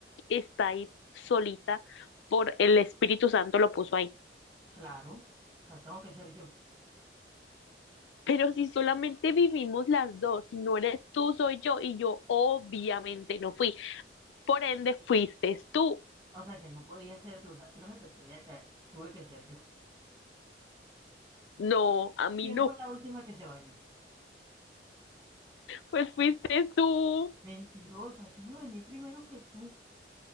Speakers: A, on the left (about 80°); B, on the right (about 20°).
A: está ahí solita por el Espíritu Santo lo puso ahí.
B: Claro, o sea, tengo que ser yo.
A: Pero si solamente vivimos las dos, si no eres tú, soy yo, y yo obviamente no fui. Por ende, fuiste tú.
B: O sea, que no podía ser tú, o sea, a ti no se te podía caer, tuve que ser yo.
A: No, a mí
B: ¿Quién
A: no.
B: fue la última que se bañó?
A: Pues fuiste tú.
B: Mentirosa, yo me bañé primero que tú.